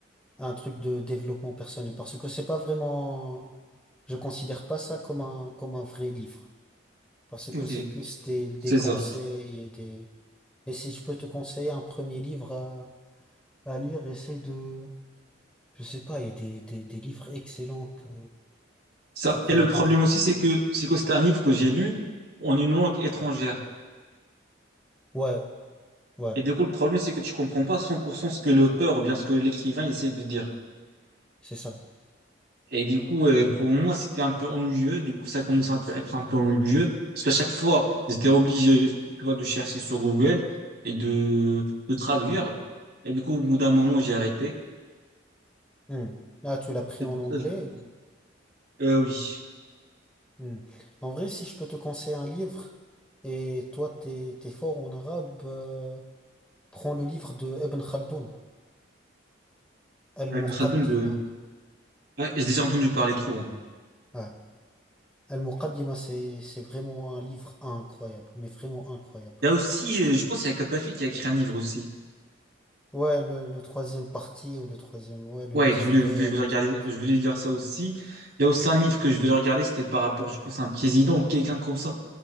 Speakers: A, in the centre; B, on the right (about 55°).
A: un truc de développement personnel, parce que c'est pas vraiment, je considère pas ça comme un, comme un vrai livre. parce que
B: Ok.
A: c'est plus des, des
B: C'est
A: conseils
B: ça.
A: et des... Et si je peux te conseiller un premier livre à, à lire, essaie de... Je sais pas, il y a des, des, des livres excellents que
B: Ça.
A: tu peux
B: Et le
A: adorer.
B: problème aussi, c'est que, c'est que c'est un livre que j'ai lu en une langue étrangère.
A: Ouais, ouais,
B: Et du coup, le problème, c'est que tu comprends pas 100% ce que l'auteur ou bien ce que l'écrivain essaie de dire.
A: c'est ça.
B: Et du coup, euh, pour moi, c'était un peu ennuyeux. Du coup, ça commence à être un peu ennuyeux. Parce qu'à chaque fois, j'étais obligé, tu vois, de chercher sur Google et de, de traduire. Et du coup, au bout d'un moment, j'ai arrêté.
A: Hmm. Ah, tu l'as pris
B: C'est
A: en
B: pour
A: anglais.
B: ça que je pense. Euh, oui.
A: Hmm. En vrai, si je peux te conseiller un livre, et toi, t'es, t'es fort en arabe, euh, prends le livre de Ibn Khaldoun, Al-Muqaddimah.
B: Ibn Khaldun, le... ouais, j'ai déjà entendu parler trop. hein.
A: Ouais. Al-Muqaddimah, c'est, c'est vraiment un livre incroyable, mais vraiment incroyable.
B: Il y a aussi, euh, je pense, il y a Kadhafi qui a écrit un livre aussi.
A: Ouais, le, le troisième parti ou le troisième, ouais, le
B: Ouais,
A: livre
B: je voulais,
A: vert,
B: je voulais
A: un
B: regarder,
A: truc comme ça.
B: je voulais lire ça aussi. Il y a aussi un livre que je voulais regarder, c'était par rapport, je pense, à un président, quelqu'un comme ça.